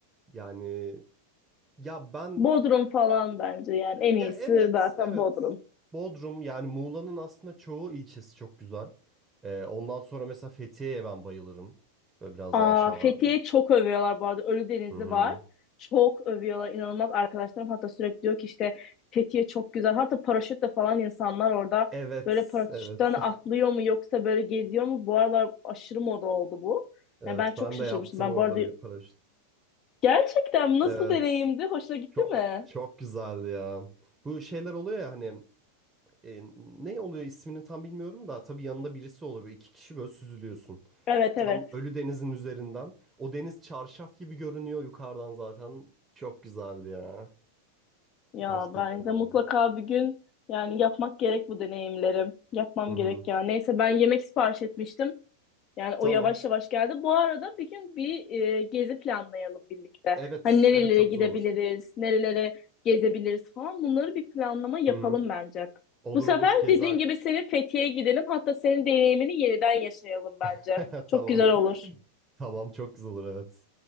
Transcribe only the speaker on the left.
Bodrum falan bence yani en
iyisi
zaten
Bodrum.
Aa,
Fethiye çok övüyorlar bu arada. Ölüdeniz'i
var. Çok övüyorlar. İnanılmaz arkadaşlarım hatta sürekli diyor ki işte Fethiye çok güzel. Hatta paraşütle falan insanlar orada
böyle paraşütten
atlıyor mu yoksa böyle geziyor mu? Bu aralar aşırı moda oldu bu.
Yani ben çok
şaşırmıştım.
Ben
bu arada
gerçekten nasıl
deneyimdi? Hoşuna gitti
mi?
Evet
evet.
Ya
bence
mutlaka bir gün yani yapmak gerek bu deneyimlerim. Yapmam
gerek ya. Neyse ben yemek sipariş etmiştim. Yani o
yavaş yavaş geldi. Bu arada bir gün bir e, gezi planlayalım birlikte.
Hani nerelere
gidebiliriz,
nerelere gezebiliriz falan. Bunları bir planlama yapalım
bence.
Bu sefer
dediğin gibi senin Fethiye'ye gidelim. Hatta senin deneyimini yeniden yaşayalım bence.
Çok
güzel olur.